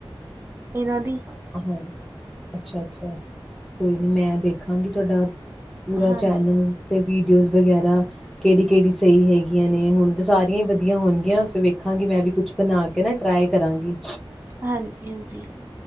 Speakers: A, on the right (about 25°); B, in the centre.
A: ਏਨਾਂ ਦੀ।
B: ਹਾਂ, ਅੱਛਾ ਅੱਛਾ। ਕੋਈ ਨੀ ਮੈਂ ਦੇਖਾਂਗੀ ਤੋਹਾਡਾ ਪੂਰਾ
A: ਹਾਂਜੀ
B: ਚੈਨਲ ਤੇ ਵੀਡੀਓਜ਼ ਵਗੈਰਾ। ਕਿਹੜੀ-ਕਿਹੜੀ ਸਹੀ ਹੈਗੀਆ ਨੇ ਹੁਣ ਤੇ ਸਾਰੀਆ ਹੀ ਵਧੀਆ ਹੋਣਗੀਆ ਫਿਰ ਵੇਖਾਂਗੀ ਮੈਂ ਵੀ ਕੁੱਛ, ਬਣਾ ਕੇ ਨਾ ਟਰਾਈ ਕਰਾਂਗੀ।
A: ਹਾਂਜੀ-ਹਾਂਜੀ।